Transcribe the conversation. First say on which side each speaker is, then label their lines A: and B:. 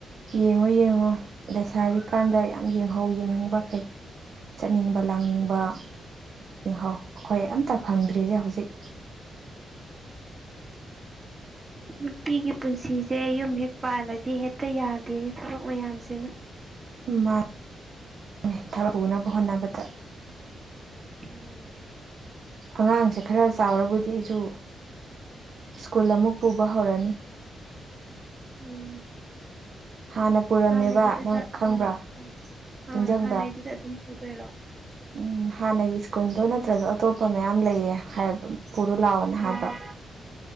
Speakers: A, on the right (about 55°); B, on the right (about 25°).
A: ꯌꯦꯡꯉꯣ ꯌꯦꯡꯉꯣ ꯂꯩꯁꯥꯔꯤꯀꯥꯟꯗ ꯌꯥꯝ ꯌꯦꯡꯍꯧ ꯌꯦꯡꯅꯤꯡꯕꯈꯩ꯫ ꯆꯠꯅꯤꯡꯕ ꯂꯥꯡꯅꯤꯡꯕ ꯌꯦꯍꯥꯎ ꯑꯩꯈꯣꯏ ꯑꯝꯇ ꯐꯪꯗ꯭ꯔꯤꯁꯦ ꯍꯧꯖꯤꯛ
B: ꯅꯨꯄꯤꯒꯤ ꯄꯨꯟꯁꯤꯁꯦ ꯌꯨꯝ ꯍꯦꯛ ꯄꯥꯜꯂꯗꯤ ꯍꯦꯛꯇ ꯌꯥꯗꯦꯅꯦ ꯊꯕꯛ ꯃꯌꯥꯝꯁꯤꯅ
A: ꯃꯥ ꯅꯤ ꯊꯕꯛ ꯄꯨꯅꯕ ꯍꯣꯠꯅꯕꯗ
B: ꯎꯝ
A: ꯑꯉꯥꯡꯁꯦ ꯈꯔ ꯆꯥꯎꯔꯕꯨꯗꯤ ꯑꯩꯁꯨ ꯁ꯭ꯀꯨꯜ ꯑꯃꯨꯛ ꯄꯨꯕ ꯍꯧꯔꯅꯤ
B: ꯎꯝ
A: ꯍꯥꯟꯅ ꯄꯨꯔꯝꯃꯦꯕ
B: ꯍꯥꯟꯅꯒꯤꯗꯨꯗ
A: ꯅꯪ ꯈꯪꯕ꯭ꯔꯥ
B: ꯑꯥ ꯑꯥ ꯑꯥ
A: ꯅꯤꯡꯁꯤꯡꯕ꯭ꯔꯥ
B: ꯍꯥꯟꯅꯒꯤꯗꯨꯗ ꯑꯗꯨꯝ ꯄꯨꯗꯣꯏꯔꯣ
A: ꯎꯝ ꯍꯥꯟꯅꯒꯤ ꯁ꯭ꯀꯨꯜꯗꯣ ꯅꯠꯇ꯭ꯔꯁꯨ ꯑꯇꯣꯞꯄ ꯃꯌꯥꯝ ꯂꯩꯌꯦ ꯍꯥꯏ ꯄꯨꯔꯣ ꯂꯥꯛꯑꯣꯅ ꯍꯥꯏꯕ
B: ꯑꯥ